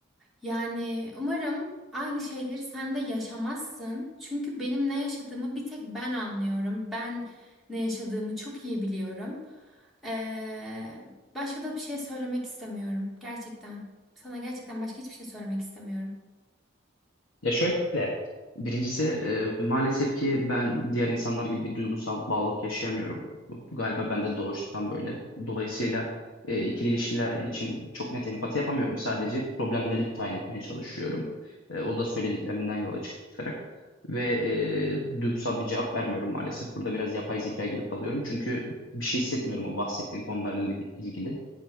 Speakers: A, in the centre; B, on the left.
A: Yani umarım aynı şeyleri sen de yaşamazsın. Çünkü benim ne yaşadığımı bir tek ben anlıyorum. Ben ne yaşadığımı çok iyi biliyorum. Ee, Başka da bir şey söylemek istemiyorum. Gerçekten. Sana gerçekten başka hiçbir şey söylemek istemiyorum.
B: Ya şöyle, birincisi e, maalesef ki ben diğer insanlar gibi bir duygusal bağlılık yaşayamıyorum. Bu, bu galiba bende doğuştan böyle. Dolayısıyla e, ikili ilişkiler için çok net empati yapamıyorum. Sadece problemleri tayin etmeye çalışıyorum. E, o da söylediklerinden yola çıkarak. Ve e, duygusal bir cevap vermiyorum maalesef. Burada biraz yapay zeka gibi kalıyorum. Çünkü bir şey hissetmiyorum o bahsettiğin konularla ilgili.